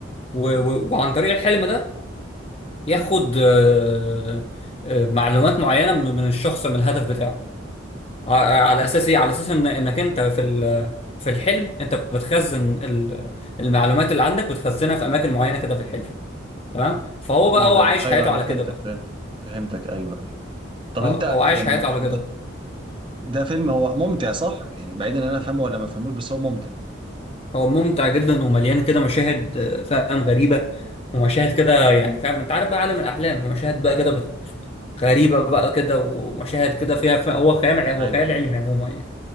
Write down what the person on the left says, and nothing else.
و... و... وعن طريق الحلم ده ياخد آه، آه، معلومات معينه من من الشخص من الهدف بتاعه ع- على اساس ايه على اساس ان انك انت في ال... في الحلم انت بتخزن ال- المعلومات اللي عندك بتخزنها في اماكن معينه كده في الحلم تمام فهو
بقى هو
عايش
حياته
على كده
بقى
اه
هو عايش
حياته على
كده بقى
هو ممتع جدا ومليان كده مشاهد آه، فاهم غريبة ومشاهد كده يعني فاهم انت عارف بقى عالم الأحلام مشاهد بقى كده بت- غريبة بقى كده ومشاهد كده فيها ف... هو خيال ع- هو
خيال
علمي
عموما يعني